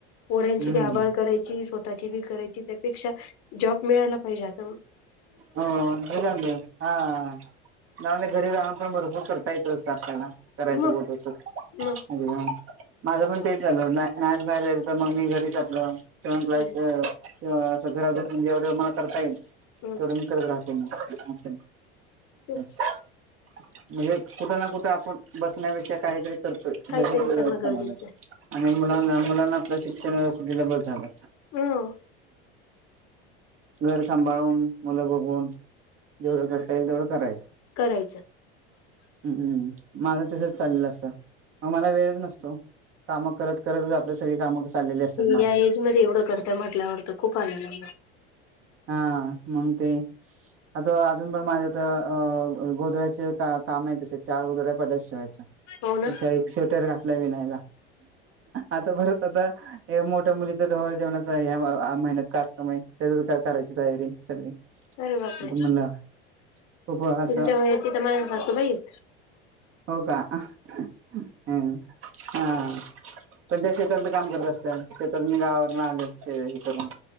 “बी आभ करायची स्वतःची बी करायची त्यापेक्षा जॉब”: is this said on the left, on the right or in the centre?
Left